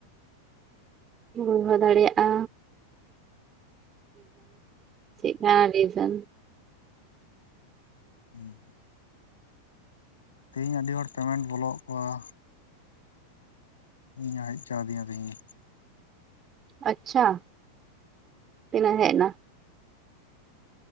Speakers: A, on the right (about 25°); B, on the left (about 70°).
A: ᱦᱩᱭ ᱦᱚᱸ ᱫᱟᱲᱮᱭᱟᱜᱼᱟ ᱪᱮᱫ ᱮᱢ ᱞᱟᱹᱭ ᱮᱫᱟ
B: ᱦᱮᱸ ᱛᱮᱦᱤᱧ ᱟᱹᱰᱤ ᱦᱚᱲ ᱯᱮᱢᱮᱱᱴ ᱵᱚᱞᱚ ᱠᱚᱣᱟ ᱤᱧ ᱦᱚᱸ ᱦᱮᱡᱪᱟᱣᱫᱤᱧᱟ ᱛᱤᱦᱤᱧ ᱜᱮ
A: ᱟᱪᱪᱷᱟ ᱛᱤᱱᱟᱹ ᱦᱮᱡ ᱮᱱᱟ